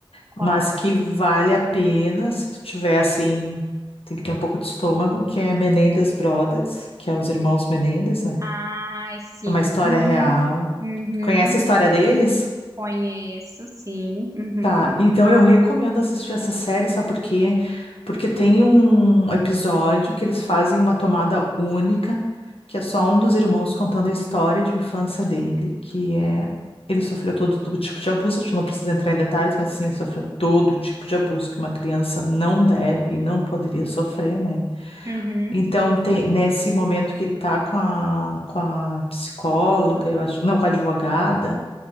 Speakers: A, on the right; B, on the left.
A: Qual?
B: mas que vale a pena se tu tiver assim, tem que ter um pouco de estômago, que é Menendez Brothers, que é os irmãos Menendez, né?
A: Ai, sim.
B: É uma história
A: Uhum.
B: real.
A: Uhum.
B: Tu Conhece a história deles?
A: Conheço, sim. Uhum.
B: Tá, então eu recomendo assistir essa série, sabe por quê? Porque tem um episódio que eles fazem uma tomada única, que é só um dos irmãos contando a história de infância dele, que é ele sofreu todo, todo tipo de abuso, a gente não precisa entrar em detalhes, mas assim, ele sofreu todo tipo de abuso que uma criança não deve e não poderia sofrer, né?
A: Uhum.
B: Então, tem, nesse momento que ele tá com a, com a psicóloga, eu acho, não, com a advogada